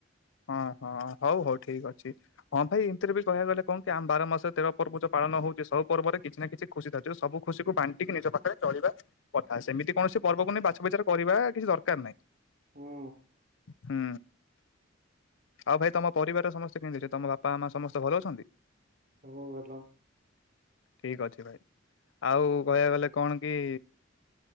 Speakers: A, on the left; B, on the right.
A: ହଁ ହଁ ହଉ ହଉ ଠିକ୍ ଅଛି। ହଁ ଭାଇ ଏମତିରେ ବି କହିବାକୁ ଗଲେ କଂ କି ଆମ ବାର ମାସରେ ତେର ପର୍ବ ଯୋଉ ପାଳନ ହଉଚି ସବ ପର୍ବରେ କିଛି ନା କିଛି ଖୁସି ଥା ଯୋଉ ସବୁ ଖୁସିକୁ ବାଣ୍ଟିକି ନିଜ ପାଖରେ ଚଳିବା କଥା ସେମିତି କୌଣସି ପର୍ବକୁ ନେଇ ବାଛ ବିଚାର କରିବା କିଛି ଦରକାର ନାହିଁ।
B: ହୁଁ
A: ହୁଁ। ଆଉ ଭାଇ ତମ ପରିବାରେ ସମସ୍ତେ କେମିତି ଅଛନ୍ତି ତମ ବାପା ମା ସମସ୍ତେ ଭଲ ଅଛନ୍ତି।
B: ମୁ ଭଲ
A: ଠିକ୍ ଅଛି ଭାଇ ଆଉ କହିବାକୁ ଗଲେ କଣ କି